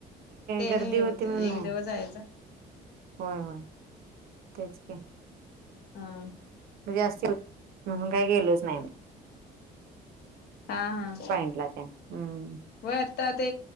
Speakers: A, on the left (about 70°); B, on the right (about 65°).
A: ते
B: गर्दी
A: नाही
B: होती
A: होते
B: म्हणून नाही.
A: एक दिवस जायच
B: होय होय तेच का
A: हा.
B: जास्त म्हणून काही गेलोच नाही.
A: हा हा.
B: पॉइंटला त्या. हम्म.
A: हो आता ते